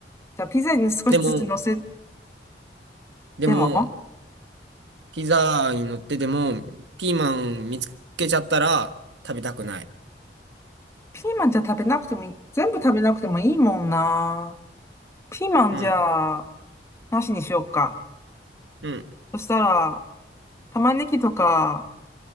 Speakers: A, on the left; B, on the right.
A: じゃあ、ピザに少しずつ乗せ
B: でも、でも、
A: でも、
B: ピザに乗ってても、ピーマン見つけちゃったら食べたくない。
A: ピーマンじゃ食べなくてもいい、全部食べなくてもいいもんな。ピーマンじゃあ、
B: うん
A: なしにしようか。
B: うん。
A: そしたら、玉ねぎとか、